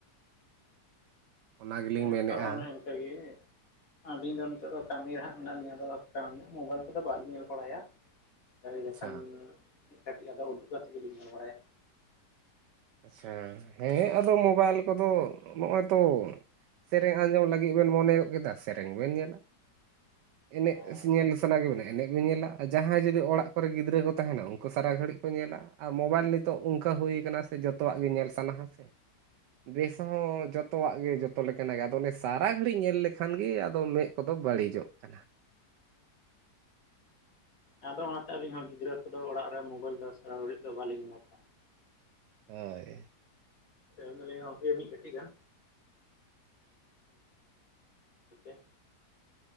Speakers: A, on the right; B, on the left.
A: ᱚᱱᱟ ᱜᱮᱞᱤᱧ
B: ᱦᱮᱸ
A: ᱢᱮᱱᱮᱫᱼᱟ
B: ᱛᱚ ᱚᱱᱮ ᱤᱱᱠᱟᱹ ᱜᱮ ᱟᱹᱞᱤᱧ ᱫᱚ ᱱᱤᱛᱚᱜ ᱫᱚ ᱠᱟᱹᱢᱤ ᱨᱮ ᱦᱟᱸᱜ ᱢᱮᱱᱟᱜ ᱞᱤᱧᱟ ᱟᱫᱚ ᱢᱳᱵᱟᱭᱤᱞ ᱠᱚᱫᱚ ᱵᱟᱹᱞᱤᱧ ᱧᱮᱞ ᱵᱟᱲᱟᱭᱟ ᱧᱮᱞ ᱞᱮᱱᱠᱷᱟᱱ
A: ᱟᱪᱪᱷᱟ
B: ᱢᱤᱜ ᱠᱟᱹᱴᱤᱡᱴᱜ ᱟᱫᱚ ᱩᱰᱩᱠ ᱠᱟᱛᱮ ᱜᱮᱞᱤᱧ ᱧᱮᱞ ᱵᱟᱲᱟᱭᱟ
A: ᱟᱪᱪᱷᱟ ᱦᱮᱸ ᱟᱫᱚ ᱢᱳᱵᱟᱭᱤᱞ ᱠᱚᱫᱚ ᱱᱚᱜᱼᱚᱭ ᱛᱚ ᱥᱮᱨᱮᱧ ᱟᱸᱡᱚᱢ ᱞᱟᱹᱜᱤᱫ ᱵᱮᱱ ᱢᱚᱱᱮ ᱜᱚᱜ ᱠᱮᱫᱟ ᱥᱮᱨᱮᱧ ᱵᱮᱱ ᱧᱮᱞᱟ ᱮᱱᱮᱡ
B: ᱦᱳᱭ
A: ᱧᱮᱞ ᱥᱟᱱᱟ ᱠᱮᱫ ᱵᱮᱱᱟ ᱮᱱᱮᱡ ᱵᱮᱱ ᱧᱮᱞᱟ ᱟᱨ ᱡᱟᱦᱟᱸᱭ ᱡᱩᱫᱤ ᱚᱲᱟᱜ ᱠᱚᱨᱮ ᱜᱤᱫᱽᱨᱟᱹ ᱦᱚᱸ ᱛᱟᱦᱮᱱᱟ ᱩᱱᱠᱩ ᱥᱟᱨᱟ ᱜᱷᱟᱹᱲᱤᱡ ᱠᱚ ᱧᱮᱞᱟ ᱟᱨ ᱢᱳᱵᱟᱭᱤᱞ ᱱᱤᱛᱚᱜ ᱚᱱᱠᱟ ᱦᱩᱭ ᱠᱟᱱᱟ ᱡᱚᱛᱚᱣᱟᱜ ᱜᱮ ᱧᱮᱞ ᱥᱟᱱᱟ ᱦᱟ ᱥᱮ ᱵᱮᱥ ᱦᱚᱸ ᱡᱚᱛᱚᱣᱟᱜ ᱜᱮ ᱡᱚᱛᱚ ᱞᱮᱠᱟᱱᱟᱜ ᱜᱮ ᱟᱫᱚ ᱚᱱᱮ ᱥᱟᱨᱟ ᱜᱷᱟᱹᱲᱤᱡ ᱧᱮᱞ ᱞᱮᱠᱷᱟᱱ ᱜᱮ ᱟᱫᱚ ᱢᱮᱸᱜ ᱠᱚᱫᱚ ᱵᱟᱹᱲᱤᱡᱚᱜ ᱠᱟᱱᱟ
B: ᱟᱫᱚ ᱚᱱᱟᱛᱮ ᱟᱹᱞᱤᱧ ᱦᱚᱸ ᱜᱤᱫᱽᱨᱟᱹ ᱠᱚᱫᱚ ᱚᱲᱟᱜ ᱨᱮ ᱢᱳᱵᱟᱭᱤᱞ ᱫᱚ ᱥᱟᱨᱟ ᱜᱷᱟᱹᱲᱤᱡ ᱫᱚ ᱵᱟᱹᱞᱤᱧ ᱮᱢᱟ ᱠᱚᱣᱟ
A: ᱦᱳᱭ
B: ᱮᱢ ᱫᱟᱞᱤᱧ ᱢᱤᱫᱴᱜ ᱠᱟᱹᱴᱤᱡ ᱜᱟᱱ <unintelligible>